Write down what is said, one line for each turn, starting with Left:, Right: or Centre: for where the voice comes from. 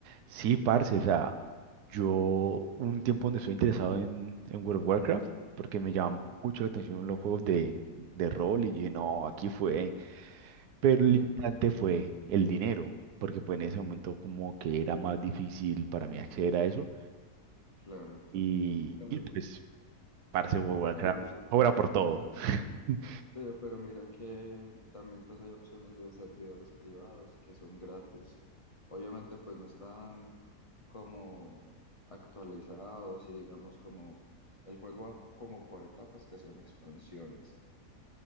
Right: Sí, parce, o sea, yo un tiempo donde estoy interesado en, en World of Warcraft, porque me llama
Left: Sí,
Right: mucho la atención los juegos de, de rol, y dije, no, aquí fue, pero el
Left: sí,
Right: limitante fue el dinero, porque pues en ese momento como que era más difícil para mí acceder a eso,
Left: claro.
Right: y,
Left: Pero,
Right: y pues, parce, World of Warcraft,
Left: pero-
Right: obra por todo. <laughs>
Left: sí, pero mira que también pues hay opciones de servidores privados que son gratis. Obviamente pues no están como actualizados y digamos como el juego va como por etapas que son expansiones.